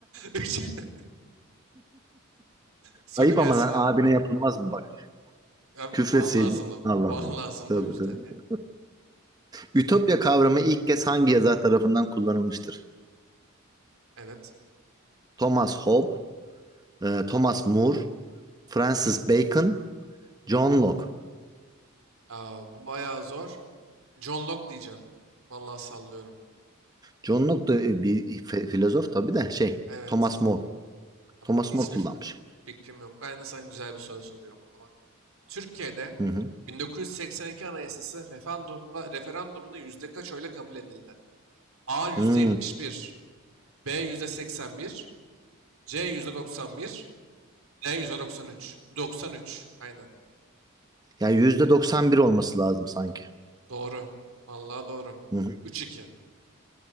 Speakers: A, on the right; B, on the right.
A: Üç. <laughs> Soru
B: Ayıp
A: gelsin
B: ama lan
A: abi.
B: abine yapılmaz mı bak?
A: Abi
B: Küfretseydin.
A: puan lazımdı.
B: Allah
A: Puan
B: Allah.
A: lazımdı
B: Tövbe
A: o yüzden
B: tövbe.
A: yani.
B: Ütopya kavramı ilk kez hangi yazar tarafından kullanılmıştır?
A: Evet.
B: Thomas Hobbes, e, Thomas More, Francis Bacon, John Locke.
A: Aa, bu bayağı zor. John Locke diyeceğim. Vallahi sallıyorum.
B: John Locke da e, bir fi- filozof tabii de şey
A: Evet.
B: Thomas More.
A: Abi
B: Thomas
A: Hiçbir
B: More kullanmış.
A: fikrim yok. Ben de sana güzel bir soru soruyorum o zaman. Türkiye'de
B: Hı hı.
A: 1982 Anayasası referandumda, referandumda yüzde kaç oyla kabul edildi? A yüzde
B: Hmm.
A: 71, B yüzde 81, C yüzde 91, D yüzde 93. 93, aynen.
B: Ya %91 olması lazım sanki.
A: Doğru. Vallahi doğru.
B: Hı hı.
A: Üç iki.